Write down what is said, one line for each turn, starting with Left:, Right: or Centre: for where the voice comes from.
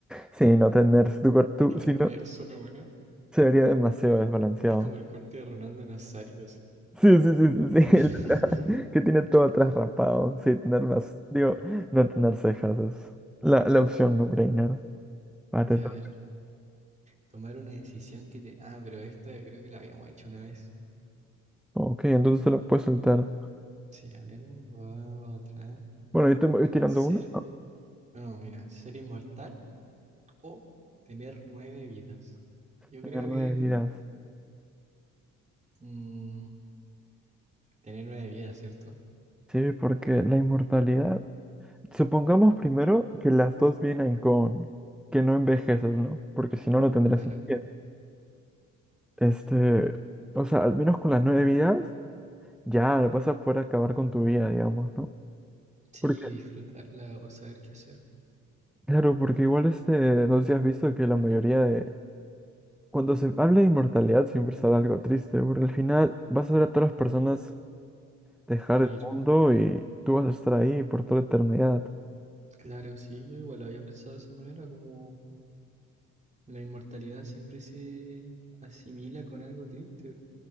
Centre: Sí, no tener tu cuerpo,
Right: es que
Centre: si
Right: tener
Centre: no,
Right: solo una
Centre: se vería demasiado desbalanceado.
Right: es como el corte de Ronaldo Nazario,
Centre: Sí, sí, sí, sí, sí.
Right: <laughs>
Centre: <laughs> el- la- que tiene todo atrás rapado. Sí, tener unas. Digo, no tener cejas es la, la opción no-brainer. Va,
Right: Ya,
Centre: te toca.
Right: a ver, tomar una decisión que te... Ah, pero esta creo que la habíamos hecho una vez.
Centre: Ok, entonces te la puedes soltar.
Right: Sí, a ver, va, va otra.
Centre: Bueno, yo te voy tirando
Right: Ser,
Centre: uno. Ah,
Right: no, mira, ser inmortal o tener nueve vidas. Yo
Centre: Tener
Right: creo
Centre: nueve
Right: que
Centre: vidas.
Right: mm, tener nueve vidas, ¿cierto?
Centre: Sí, porque la inmortalidad. Supongamos primero que las dos vienen con que no envejeces, ¿no? Porque si no, no tendría
Right: Claro.
Centre: sentido. Este, o sea, al menos con las nueve vidas, ya vas a poder acabar con tu vida, digamos, ¿no?
Right: Sí,
Centre: Porque,
Right: disfrutarla o saber qué hacer.
Centre: claro, porque igual este, no sé si has visto que la mayoría de... Cuando se habla de inmortalidad siempre sale algo triste, porque al final vas a ver a todas las personas dejar
Right: Morir.
Centre: el mundo y tú vas a estar ahí por toda la eternidad.
Right: Claro, sí, yo igual lo había pensado de esa manera, como la inmortalidad siempre se asimila con algo triste,